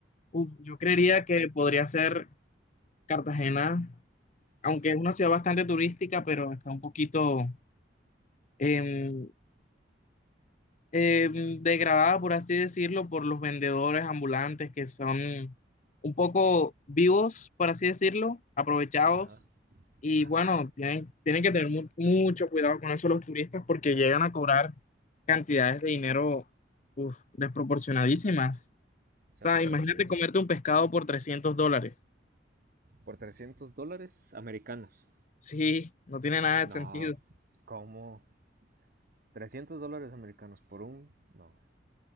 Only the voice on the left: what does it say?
Uf, yo creería
que podría ser Cartagena, aunque
es una ciudad bastante turística, pero está un poquito em, em, degradada, por así decirlo, por los vendedores ambulantes que son un poco vivos, por así decirlo, aprovechados.
Y
bueno, tienen, tienen que tener mu- mucho cuidado con eso los turistas porque llegan a cobrar cantidades de dinero uf, desproporcionadísimas.
O
sea, imagínate comerte un pescado por 300 dólares.
Sí, no tiene nada
de sentido.